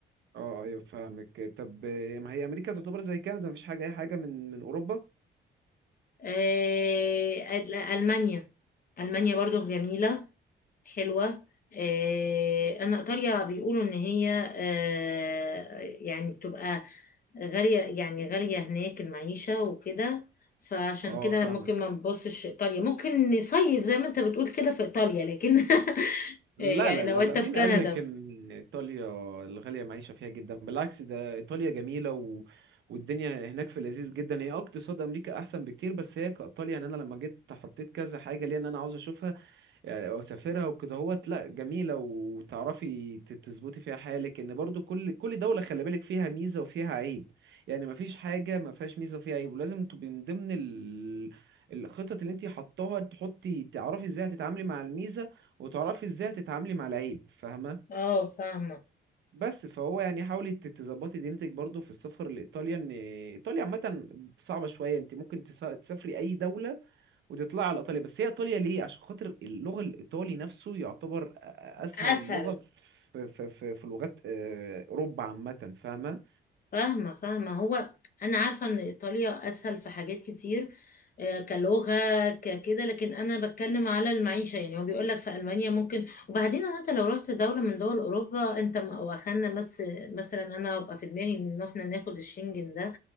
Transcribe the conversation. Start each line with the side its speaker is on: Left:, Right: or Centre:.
Right: اه ايوه فاهمك طب آه، ما هي امريكا تعتبر زي كندا مفيش حاجه اي حاجه من من اوروبا
Left: إيه أل- المانيا المانيا برضو جميلة حلوة إيه انا ايطاليا بيقولوا ان هي آه، يعني تبقى غالية يعني غالية هناك المعيشة وكده فعشان
Right: اه
Left: كده
Right: فاهمك
Left: أنا ممكن ما نبصش في ايطاليا ممكن نصيف زي ما انت بتقول كده في ايطاليا لكن <laughs>
Right: لا
Left: يعني
Right: لا
Left: لو
Right: لا
Left: انت
Right: لا مين
Left: في كندا
Right: قال لك ان ايطاليا الغاليه معيشه فيها جدا بالعكس ده ايطاليا جميله و... والدنيا هناك في لذيذ جدا هي اه اقتصاد امريكا احسن بكتير بس هي كايطاليا يعني انا لما جيت حطيت كذا حاجه ليا ان انا عاوز اشوفها يعني واسافرها وكده هوت لا جميله وتعرفي ت- تظبطي فيها حالك ان برضو كل كل دوله خلي بالك فيها ميزه وفيها عيب يعني مفيش حاجه ما فيهاش ميزه وفيها عيب ولازم تبقي من ضمن ال... الخطط اللي انت حطاها تحطي تعرفي ازاي هتتعاملي مع الميزه وتعرفي ازاي هتتعاملي مع العيب فاهمه
Left: اه فاهمة
Right: بس فهو يعني حاولي ت- تظبطي دينتك برضو في السفر لايطاليا ان ايطاليا عامه صعبه شويه انت ممكن تسا- تسافري اي دوله وتطلع على ايطاليا بس هي ايطاليا ليه عشان خاطر اللغه الايطالي نفسه يعتبر اسهل
Left: اسهل
Right: لغه في في في, في لغات آه، اوروبا عامه فاهمه
Left: فاهمة فاهمة هو انا عارفة ان ايطاليا اسهل في حاجات كتير آه، كلغة ككده لكن انا بتكلم على المعيشة يعني هو بيقول لك في المانيا ممكن وبعدين هو انت لو رحت دولة من دول اوروبا انت م- واخدنا بس مثلا انا هبقى في دماغي ان احنا ناخد الشنجن ده